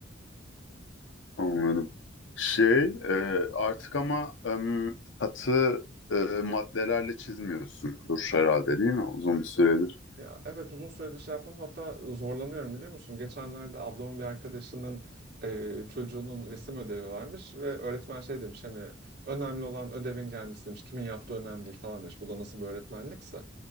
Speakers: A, on the left; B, on the right.
A: Anladım. Şey, e, artık ama em, katı e, maddelerle çizmiyorsundur herhalde değil mi? Uzun bir süredir.
B: Ya evet uzun süredir şey yapmam hatta zorlanıyorum biliyor musun? Geçenlerde ablamın bir arkadaşının e, çocuğunun resim ödevi varmış ve öğretmen şey demiş hani önemli olan ödevin gelmesi demiş. Kimin yaptığı önemli değil falan demiş. Bu da nasıl bir öğretmenlikse.